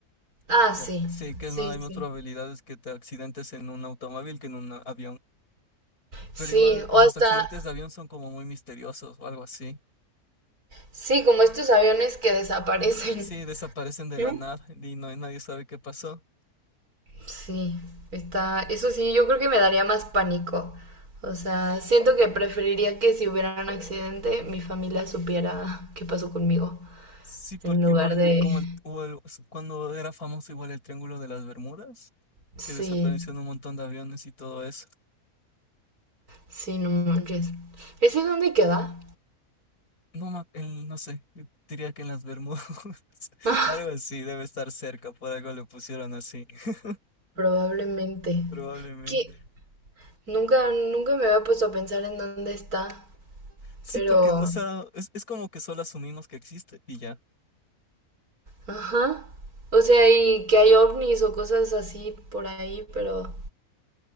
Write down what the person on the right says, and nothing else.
Ah,
sí,
sí,
sí.
Sí,
o
hasta,
sí, como estos aviones que desaparecen.
¿no?
Sí, está, eso sí, yo creo que me daría más pánico. O sea, siento que preferiría que si hubiera un accidente, mi familia supiera qué pasó conmigo,
en lugar
de...
Sí,
sí, no manches. ¿Ese dónde queda?
<laughs>
Probablemente.
Que nunca, nunca me había puesto a pensar en dónde está,
pero...
Ajá. O sea, y que hay ovnis o cosas así por ahí, pero...